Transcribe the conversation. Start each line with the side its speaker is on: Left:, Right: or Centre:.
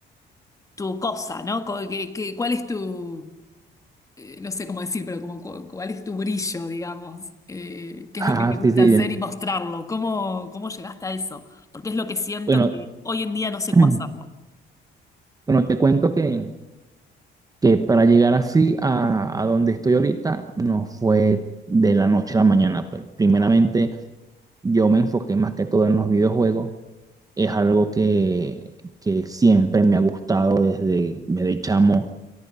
Left: tu cosa, ¿no? Co- que- que- cuál es tu, eh, no sé cómo decir, pero como cu- cuál es tu brillo, digamos? Eh, ¿qué
Right: Ah,
Left: es lo que te gusta
Right: sí, sí.
Left: hacer
Right: bien.
Left: y mostrarlo? ¿Cómo, cómo llegaste a eso? Porque es lo que siento
Right: Bueno,
Left: que hoy en día no sé
Right: <clears throat>
Left: cómo hacerlo.
Right: bueno, te cuento que, que para llegar así a, a donde estoy ahorita no fue de la noche a la mañana, pues. Primeramente,
Left: Hoy.
Right: yo me enfoqué más que todo en los videojuegos es algo que, que siempre me ha gustado desde, desde chamo.